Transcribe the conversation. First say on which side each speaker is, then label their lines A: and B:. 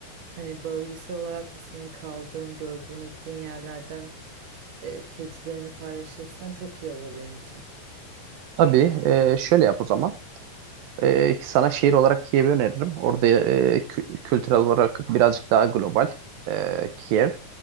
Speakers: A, on the right; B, on the right.
A: Hani bölgesel olarak da senin kaldığın, gördüğün, ettiğin yerlerden e, tecrübelerini paylaşırsan çok iyi olur benim için.
B: Tabii, e, şöyle yap o zaman. E, ki sana şehir olarak Kiev'i öneririm. Orada e, kü- kültürel olarak birazcık daha global e, Kiev.